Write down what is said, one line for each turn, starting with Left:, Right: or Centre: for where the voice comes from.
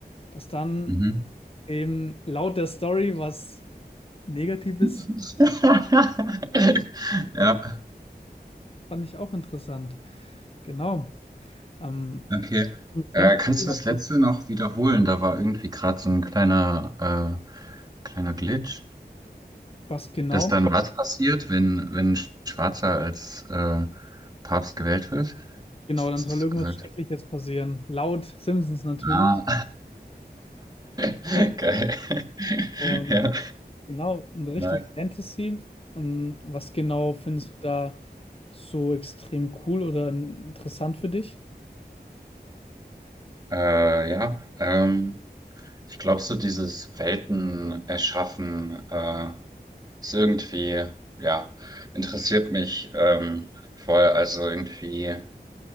Left: dass dann
Right: Mhm.
Left: eben laut der Story was Negatives
Right: <laughs> Ja.
Left: fand ich auch interessant. Genau. Ähm,
Right: Okay.
Left: Fantasy,
Right: Äh, kannst du
Left: hab
Right: das letzte
Left: ich-
Right: noch wiederholen? Da war irgendwie gerade so ein kleiner, äh, kleiner Glitch.
Left: was genau?
Right: Dass dann was passiert, wenn, wenn ein Schwarzer als äh, Papst gewählt wird?
Left: Genau,
Right: Was
Left: dann
Right: hast
Left: soll irgendwas
Right: du gesagt?
Left: Schreckliches passieren. Laut Simpsons natürlich.
Right: Ah. <laughs>
Left: Das-
Right: Geil. <laughs>
Left: Und
Right: Ja,
Left: genau in Richtung
Right: nice.
Left: Fantasy. ähm, Was genau findest du da so extrem cool oder interessant für dich?
Right: Äh, ja, ähm, ich glaube, so dieses Welten erschaffen äh, ist irgendwie, ja, interessiert mich ähm, voll. Also irgendwie.